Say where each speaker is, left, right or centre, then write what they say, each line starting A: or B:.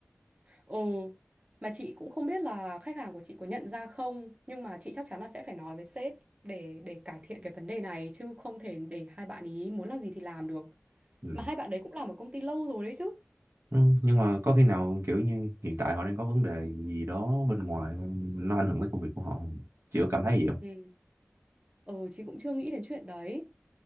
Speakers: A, on the right; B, on the right.
A: Ừ, mà chị cũng không biết là khách hàng của chị có nhận ra không, nhưng mà chị chắc chắn là sẽ phải nói với sếp để để cải thiện cái vấn đề này chứ không thể để hai bạn ý muốn làm gì thì làm được.
B: ừ.
A: Mà hai bạn đấy cũng làm ở công ty lâu rồi đấy chứ.
B: Ừ, nhưng mà có khi nào kiểu như hiện tại họ đang có vấn đề gì đó bên ngoài không? nó ảnh hưởng tới công việc của họ không chị có cảm thấy gì không
A: Ừ. Ừ, chị cũng chưa nghĩ đến chuyện đấy.